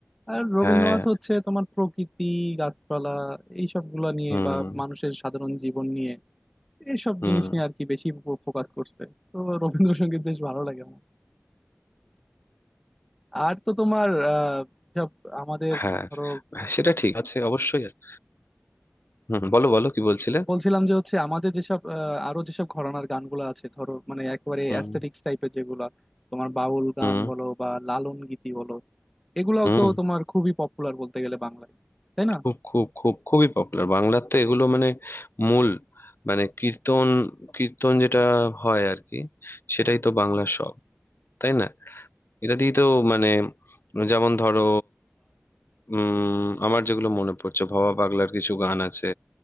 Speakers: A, in the centre; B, on the left (about 70°).
A: আর রবীন্দ্রনাথ
B: হ্যাঁ
A: হচ্ছে তোমার প্রকৃতি গাছপালা এইসব গুলা নিয়ে
B: হুম
A: বা মানুষের সাধারণ জীবন নিয়ে এইসব
B: হুম
A: জিনিস নিয়ে আর কি বেশি ফোকাস করছে তো রবীন্দ্রসঙ্গীত বেশ ভালো লাগে আমার আর তো তোমার আহ সব আমাদের
B: হ্যাঁ
A: ধরো
B: হ্যাঁ, সেটা ঠিক আছে অবশ্যই আছে। হুম বলো বলো কি বলছিলে
A: বলছিলাম যে হচ্ছে আমাদের যেসব আহ, আরো যেসব ঘরানার গানগুলো আছে ধরো মানে একেবারে
B: হুম
A: অ্যাস্থেটিক্স টাইপের যেগুলা তোমার বাউল গান
B: হুম
A: বলো বা লালন গীতি বলো এগুলাও
B: হুম
A: তো তোমার খুবই পপুলার বলতে গেলে বাংলায় তাই না
B: খুব খুব খুব খুবই পপুলার বাংলার তো এগুলো মানে মূল মানে কীর্তন কীর্তন যেটা হয় আর কি সেটাই তো বাংলার সব তাই না এটা দিয়ে তো মানে যেমন ধরো উম আমার যেগুলো মনে পড়ছে ভবা পাগলার কিছু গান আছে